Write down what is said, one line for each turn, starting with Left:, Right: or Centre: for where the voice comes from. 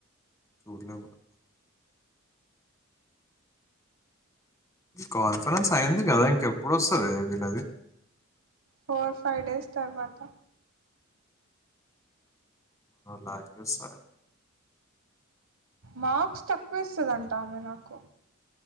Left: చూడులో కూడా కాన్ఫరెన్స్ అయింది కదా ఇంకెప్పుడు వస్తుంది వీళ్ళది
Right: ఫోర్ ఫైవ్ డేస్ తర్వాత
Left: బ్లాక్ చేస్తారు
Right: మార్క్స్ తక్కువ ఇస్తుందంటా ఆమె నాకు